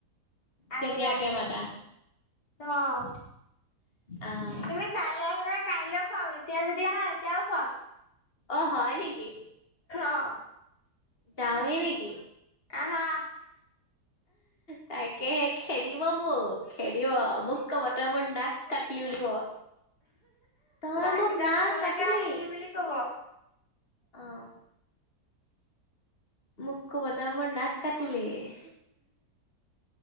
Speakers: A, on the left; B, on the left.
A: আহিবা,
B: কেতিয়াকে
A: আহিবা,
B: মাতা?
A: অ'।
B: অ',
A: তুমি কাইলৈ আহিবা, কাইলৈও খুৱাম, এতিয়া যদি আহা এতিয়াও খুৱাম।
B: অ' হয় নেকি?
A: অ
B: যাওঁৱে নেকি?
A: আহা
B: তাকে খেদিব মোক, খেদিব মোক ক'ব তই মোৰ নাক কাটিলি বুলি ক'ব। তই
A: বাহকেইটা
B: মোক নাক
A: খাবলৈকে
B: কাটিলি।
A: আহিলি বুলি কব
B: অ', মোক ক'ব তই মোৰ নাক কাটিলি। স